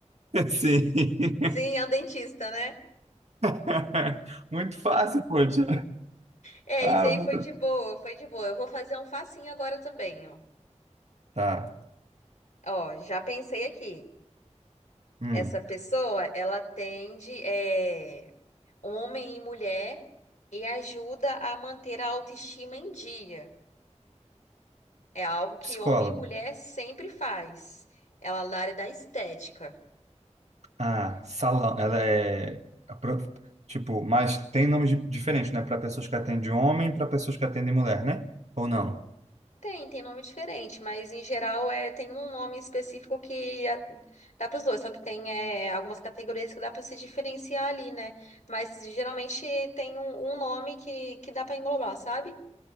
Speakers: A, on the right; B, on the left.
A: <laughs> Sim.
B: Sim, é um dentista, né?
A: <laughs> Muito fácil, poxa.
B: É,
A: Ah,
B: isso aí
A: vou-
B: foi de boa, foi de boa. Eu vou fazer um facinho agora também, ó.
A: tá.
B: Ó, já pensei aqui.
A: Hum.
B: Essa pessoa, ela atende é, homem e mulher e ajuda a manter a autoestima em dia. É algo que
A: Psicóloga.
B: homem e mulher sempre faz. Ela é da área da estética.
A: Ah, salão. Ela é. a pro- Tipo, mas tem nomes di- diferentes, né? Para pessoas que atendem homem, para pessoas que atendem mulher, né? Ou não?
B: Tem, tem nome diferente, mas em geral é, tem um nome específico que a- dá para os dois, só que tem é, algumas categorias que dá para se diferenciar ali, né? Mas geralmente tem um, um nome que, que dá para englobar, sabe?